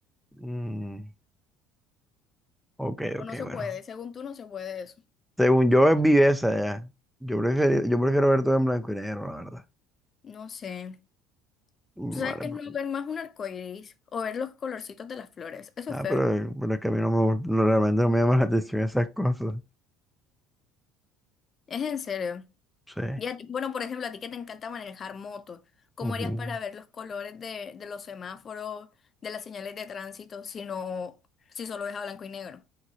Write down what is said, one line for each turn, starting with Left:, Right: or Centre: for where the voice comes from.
Centre: Mm, ok,
Left: O
Centre: ok,
Left: no se
Centre: bueno.
Left: puede, según tú no se puede eso.
Centre: Según yo es viveza ya. Yo prefiero, yo prefiero ver todo en blanco y negro, la verdad.
Left: No sé.
Centre: Mm,
Left: ¿Tú sabes
Centre: Vale,
Left: que
Centre: pues.
Left: es no ver más un arco iris o ver los colorcitos de las flores? Eso
Centre: Ah,
Left: es feo.
Centre: pero, pero es que a mí no me, gust- no, realmente no me llaman la atención esas cosas.
Left: Es en serio.
Centre: Sí.
Left: Y a ti- bueno, por ejemplo, a ti que te encanta manejar moto, ¿cómo
Centre: Ujú.
Left: harías para ver los colores de, de los semáforos, de las señales de tránsito, si no, si solo ves a blanco y negro?